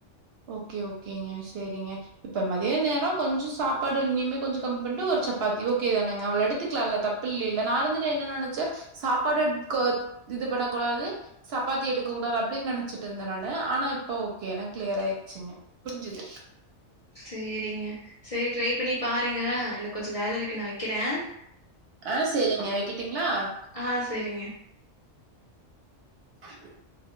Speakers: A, on the right; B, on the left.
A: ஓகே ஓகேங்க சேரிங்க இப்ப மதிய நேரம் கொஞ்சம் சாப்பாடு இன்னிமே கொஞ்ச கம்மி பன்னிட்டு ஒரு சப்பாத்தி ஓகே தான நாங்க அவ்வள எடுத்துக்கலாம்ல்ல தப்பு இல்லைல நா வந்து என்ன நினைச்ச சாப்பாடு எடுத்துக்க இது பண்ண கூடது சப்பாத்தி எடுக்க கூடாது அப்படின் நினைச்சிட்டு இருந்தன் நான் ஆ இப்ப ஓகே எனக்கு கிளியர் ஆயிரு வச்சுங்க புரிஞ்சுது
B: சேரிங்க சேரி ட்ரை பண்ணி பாருங்க எனக்கு கொஞ்சம் வேலை இருக்கு நான் வைக்கிறேன்
A: ஆ சேரிங்க வைக்கிட்டுங்களா
B: ஆ சேரிங்க
A: <unintelligible>